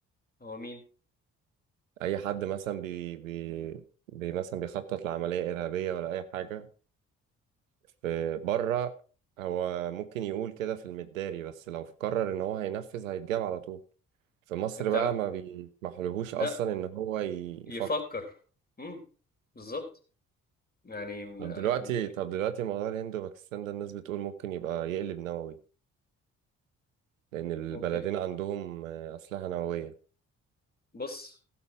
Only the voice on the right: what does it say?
أي حد مثلا بي بي بي مثلا بيخطط لعملية إرهابية ولا أي حاجة في بره هو ممكن يقول كده في المداري بس لو قرر ان هو هينفذ هيتجاب على طول في مصر
بقى ما بيسمحلهوش
اصلا ان هو يفكر
طب دلوقتي طب دلوقتي موضوع الهند وباكستان ده الناس بتقول ممكن يبقى يقلب نووي لان البلدين
عندهم آه، اسلحة نووية